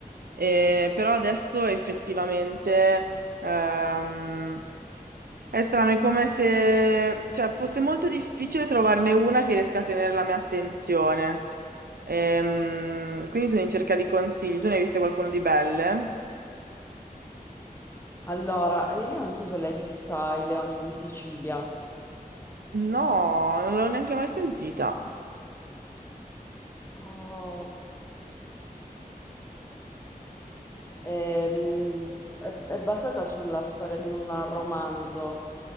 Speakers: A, on the right; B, on the left.
A: eh, però adesso effettivamente ehm, è strano, è come se cioè, fosse molto difficile trovarne una che riesca a tenere la mia attenzione. Ehm, quindi sono in cerca di consigli. Tu ne hai viste qualcuno di belle?
B: Allora, eh, io non so se l'hai vista I Leoni di Sicilia.
A: No, non l'ho neanche mai sentita.
B: Oh, ehm, è, è basata sulla storia di un romanzo